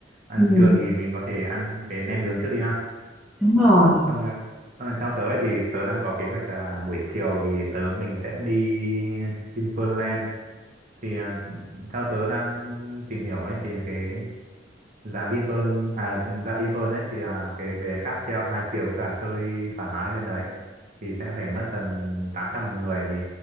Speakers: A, on the right; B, in the centre.
A: Ăn
B: Ừ.
A: trưa thì mình có thể ăn cái nem nướng trước đi ha.
B: Đúng rồi
A: Xong rồi, xong rồi theo tớ ấy thì tớ đang có kế hoạch là buổi chiều thì tớ mình sẽ đi Vinpearl Land. Thì à, theo tớ đang tìm hiểu ấy thì cái giá Vinpearl à cái giá Vinpearl ấy thì à, cái về cáp treo hai chiều với cả chơi thoải mái bên đấy thì sẽ phải mất tầm 800 một người thì